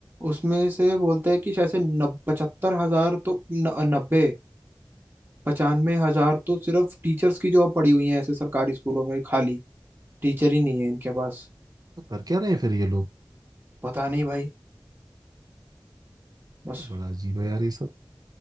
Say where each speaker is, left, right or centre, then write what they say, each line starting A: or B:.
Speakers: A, on the right (about 30°); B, on the right (about 55°).
A: उसमें से बोलते हैं कि शायद से नब पचहत्तर हजार तो न, नब्बे पचानवे हजार तो सिर्फ टीचर्स की जॉब पड़ी हुई है ऐसे सरकारी स्कूलों में खाली टीचर ही नहीं है इनके पास
B: तो कर क्या रहे हैं फिर ये लोग
A: पता नहीं भाई बस
B: बड़ा अजीब है यार ये सब